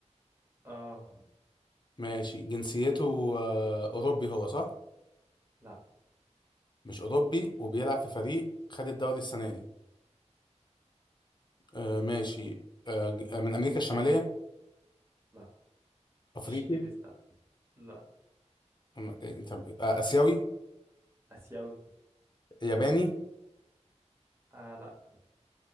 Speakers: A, on the right; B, on the left.
A: اه
B: ماشي جنسيته آه، أوروبي هو صح؟
A: لا
B: مش أوروبي وبيلعب في فريق خد الدوري السنة دي آه، ماشي آه، ج- آه، من أمريكا الشمالية
A: لا
B: أفريقي
A: مش تيفيز لا لا
B: أم- آه، طب، آه، آسيوي
A: اسيوي
B: ياباني
A: اه لا